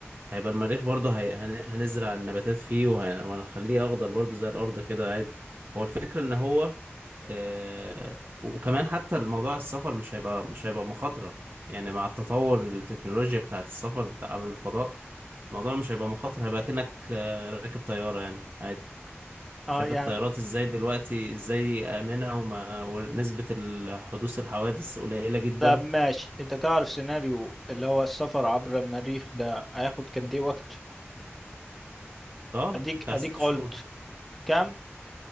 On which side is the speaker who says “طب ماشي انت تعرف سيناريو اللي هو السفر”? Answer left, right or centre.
Centre